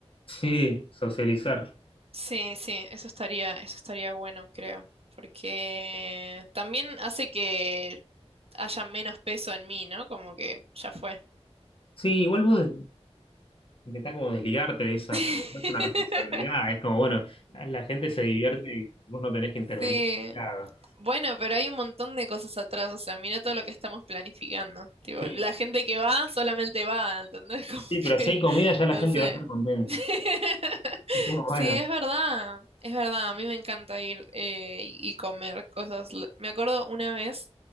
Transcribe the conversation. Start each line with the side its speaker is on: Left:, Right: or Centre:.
Left: Sí, socializar.
Right: Sí, sí, eso estaría, eso estaría bueno, creo, porque también hace que haya menos peso en mí, ¿no? Como que ya fue.
Left: Sí, igual vos Intenta como desligarte de esa,
Right: <laughs>
Left: porque no es una responsabilidad. Es como, bueno, la, la gente se divierte y vos no tenés que intervenir
Right: Sí,
Left: demasiado.
Right: Bueno, pero hay un montón de cosas atrás, o sea, mira todo lo que estamos planificando. Tipo,
Left: Sí,
Right: la gente que va solamente va, ¿entendés? <laughs> Como
Left: sí, pero
Right: que,
Left: si hay comida ya la
Right: no
Left: gente
Right: sé.
Left: va a estar contenta.
Right: <laughs>
Left: Es como, bueno,
Right: Sí, es verdad, es verdad, a mí me encanta ir eh, y y comer cosas. L- Me acuerdo una vez,